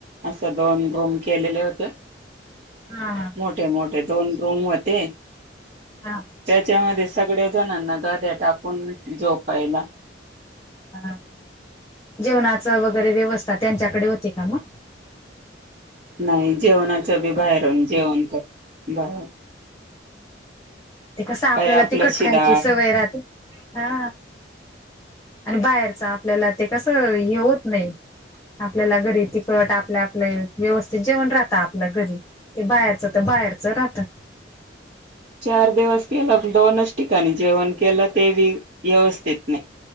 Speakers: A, on the right (about 40°); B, on the left (about 15°).
A: असं दोन रूम केलेले होते
B: हा
A: मोठे मोठे दोन रूम होते
B: हा
A: त्याच्यामध्ये सगळ्या जणांना गाद्या टाकून झोपायला
B: हा जेवणाच वगैरे व्यवस्था त्यांच्याकडे होती का मग
A: नाही जेवणाच बी बाहेरून जेवण कर बाहेर
B: ते कस आपल्याला
A: काय आपलं
B: ती खट
A: शिदा
B: खायची सवय राहते हा आणि बाहेरचा आपल्याला ते कसं हे होत नाही आपल्याला घरी तिखट आपल्या आपले व्यवस्थित जेवण राहत आपल्या घरी ते बाहेरच तर बाहेरचं राहत
A: चार दिवस केलं दोनच ठिकाणी जेवण केलं ते बी व्यवस्थित नाही